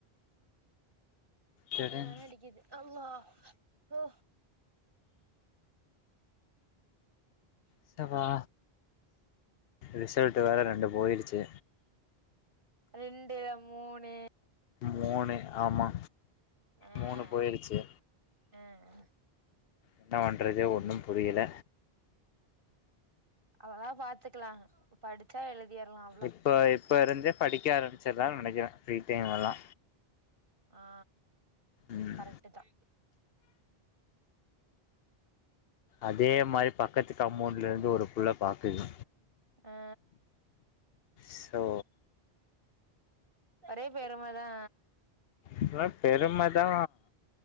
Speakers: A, on the left; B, on the right.
A: டடன்
B: அடிமான அடிக்குது அல்லா ஹூ
A: ஸ்டப்பா ரிசல்ட் வேற ரெண்டு போயிடுச்சு
B: ரெண்டு மூணு
A: மூணு ஆம்மா
B: ஆ
A: மூணு போயிடுச்சு
B: ம்
A: என்ன பண்றதே ஒண்ணு புரியல
B: அதலா பாத்துக்கலா படிச்சா எழுதிடலாம்
A: இப்ப இப்ப இருந்தே படிக்க ஆரம்பிச்சிருலா நெனைக்குறே ஃப்ரீ டைம்ல எல்லா
B: ஆ
A: ம்
B: கரெக்ட் தா
A: அதே மாரி பக்கத்து கமோண்டல இருந்து ஒரு புள்ள பாக்குது
B: ஆ
A: சோ
B: ஒரே பெரும தா
A: இதல்ல பெரும தா